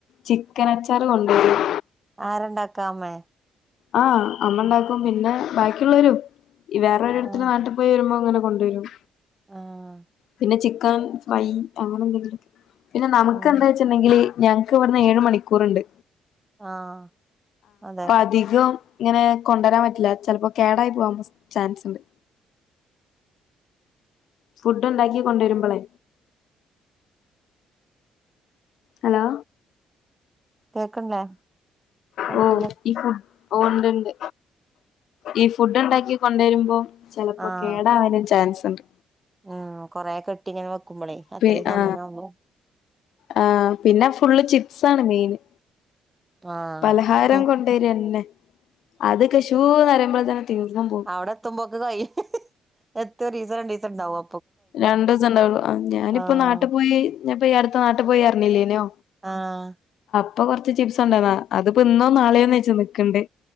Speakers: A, on the left; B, on the right.
A: ചിക്കനച്ചാറ് കൊണ്ടേരും
B: ആരണ്ടാക്ക അമേ
A: ആഹ അമ്മണ്ടാക്കും പിന്നെ ബാക്കിള്ളോരും ഇ വേറൊരോര്ത്തര്
B: ആഹ്
A: ന്നാട്ട് പ്പോയി വരുമ്പോ ഇങ്ങനെ കൊണ്ടേരും
B: ആഹ്
A: പിനെ ചിക്കൻ ഫ്രൈ അങ്ങനെ എന്തെങ്കിലൊക്കെ പിനെ ന്നമ്‌ക്കെന്താ
B: ഉം
A: വെച്ച്ണ്ടെങ്കില് ഞങ്ങ്ക്ക് ഇവ്ട്ന്ന് ഏഴ് മണിക്കൂറ്ണ്ട്
B: ആഹ അതെ
A: അധികം ഇങ്ങനെ കൊണ്ടരാൻ പറ്റ്ല ചെലപ്പോ കേടായി പോവാൻള്ള ചാൻസ്ണ്ട് ഫുഡ് ണ്ടാക്കി കൊണ്ടെരുമ്പളെ ഹലോ
B: കേക്ക്ൺലേ കേൾക്ക്‌ണ്ട്
A: ഓ ഈ ഫുഡ് ഓ ഇണ്ട്ണ്ട് ഈ ഫുഡ്ണ്ടാക്കി കൊണ്ടരുമ്പോ ചെലപ്പോ
B: ആഹ്
A: കേടാവാനും ചാൻസ്ണ്ട്
B: ഉം കൊറെ കെട്ടിങ്ങനെ വെക്കുമ്പോളേ അത്രയും
A: പി
B: സമയമാവുമ്പോ
A: ആ ആ പിനെ ഫുള്ള് ചിപ്സാണ് മെയ്ന്
B: ആഹ്
A: പലഹാരം കൊണ്ടെരെന്നെ അത്ക്കെ ഷൂന്നറയുമ്പൾ തന്നെ തീർന്നും പോവും
B: അവടെ എത്തുമ്പോക്ക്‌ കൈയും എത്തിഒരീസോ രണ്ടീസോ ഇണ്ടാവോ
A: രണ്ടുസം ഇണ്ടാവുള്ളു ആ ഞാനിപ്പ
B: ആഹ്
A: ന്നാട്ട്പോയി ഞ്ഞാപ്പ ഈ അടുത്ത്ന്നാട്ട് പ്പോയി അർഞ്ഞില്ലേനോ
B: ആഹ
A: അപ്പൊ കൊറച്ച് ചിപ്സ് ഉണ്ടന്നാ അത്പ്പോ ഇന്നോ നാളെയോന്നെച്ച് ന്ന്ക്ക്‌ണ്ട്